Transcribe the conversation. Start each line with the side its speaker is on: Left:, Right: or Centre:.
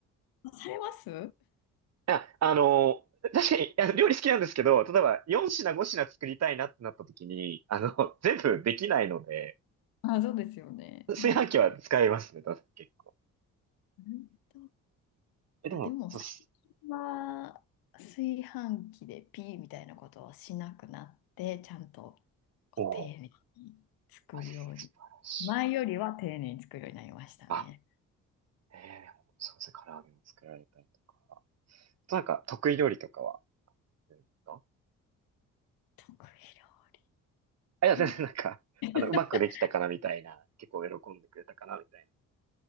Left: されます
Right: いや、あの、確かに、いや、料理好きなんですけど、例えば4品5品作りたいなってなった時に、あの、全部できないので、
Left: あ、そうですよね。
Right: 炊飯器は使いますね、
Left: うん、
Right: 確かに結構。
Left: うんとい
Right: え、でも、
Left: や、でも最近は炊飯器でピーみたいなことをしなくなって、
Right: そうっす。
Left: ちゃんとこう丁寧に作るように。
Right: おー、あ素晴らしい。
Left: 前よりは丁寧に作るようになりましたね。
Right: あ、えー、そうですね、唐揚げも作られたりとか。なんか、得意料理とかはうですか
Left: 得意料理。
Right: あ、
Left: なんで
Right: いや、全然なんか、
Left: <laughs>
Right: あの、うまくできたかなみたいな、結構喜んでくれたかなみたい